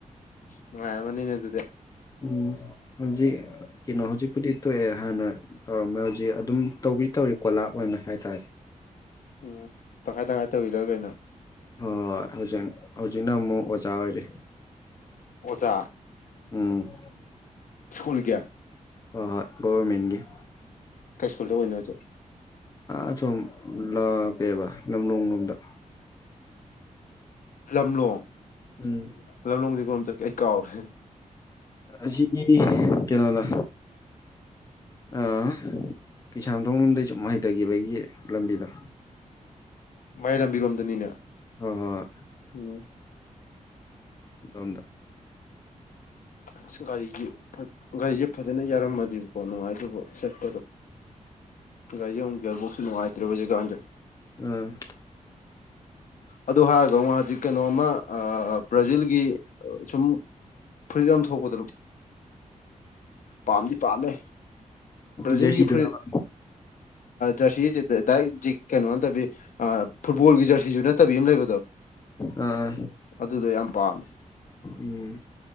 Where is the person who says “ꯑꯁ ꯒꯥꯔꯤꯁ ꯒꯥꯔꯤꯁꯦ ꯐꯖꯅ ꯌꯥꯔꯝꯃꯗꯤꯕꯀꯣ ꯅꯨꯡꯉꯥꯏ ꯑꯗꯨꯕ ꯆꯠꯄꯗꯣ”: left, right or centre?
Left